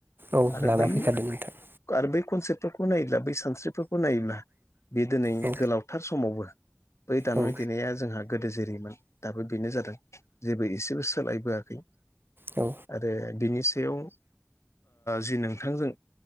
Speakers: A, on the right; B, on the left.
A: औ
B: आरो
A: लाना
B: बै
A: फैखादों नोंथां।
B: आरो बै कनसेप्टफोरखौ नायोब्ला बै सानस्रिफोरखौ नायोब्ला बे दिनै
A: औ
B: गोलावथार समावबो बै दामनाय
A: औ
B: देनाया जोंहा गोदो जेरैमोन दाबो बेनो जादों। जेबो एसेबो सोलायबोआखै
A: औ
B: आरो बिनि सायाव जि नोंथांजों